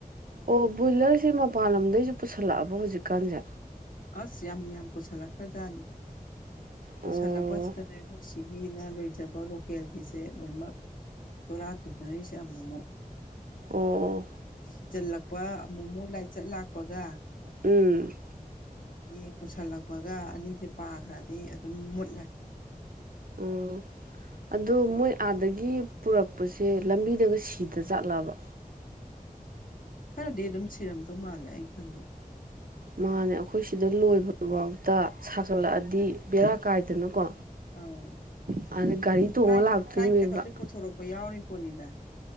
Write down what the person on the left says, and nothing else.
ꯑꯁ ꯌꯥꯝ ꯌꯥꯝ ꯄꯨꯁꯜꯂꯛꯈ꯭ꯔꯖꯥꯠꯅꯤ ꯄꯨꯁꯤꯜꯂꯛꯄꯁꯤꯗꯅꯦ
ꯑꯩꯈꯣꯏ ꯁꯤꯒꯤꯅ ꯂꯣꯏꯖꯕ ꯂꯣꯀꯦꯜꯒꯤꯁꯦ ꯂꯣꯏꯅꯃꯛ ꯇꯣꯔꯥ ꯊꯨꯅꯔꯤꯁꯦ ꯑꯃꯨꯛ ꯑꯃꯨꯛ
ꯁꯤꯖꯤꯜꯂꯛꯄ ꯑꯃꯨꯛ ꯑꯃꯨꯛ ꯂꯥꯏꯆꯠ ꯂꯥꯛꯄꯒ
ꯑꯗꯒꯤ ꯄꯨꯁꯤꯜꯂꯛꯄꯒ ꯑꯅꯤꯁꯦ ꯄꯥꯈ꯭ꯔꯗꯤ ꯑꯗꯨꯝ ꯃꯨꯠꯂꯦ
ꯈꯔꯗꯤ ꯑꯗꯨꯝ ꯁꯤꯔꯝꯗꯧ ꯃꯥꯜꯂꯦ ꯑꯩꯅ ꯈꯟꯕꯩ
ꯑꯥꯎ
ꯐ꯭ꯂꯥꯏꯠ
ꯐ꯭ꯂꯥꯏꯠꯇꯒꯁꯨ ꯄꯨꯊꯣꯔꯛꯄ ꯌꯥꯎꯔꯤ ꯄꯨꯅꯤꯗꯥ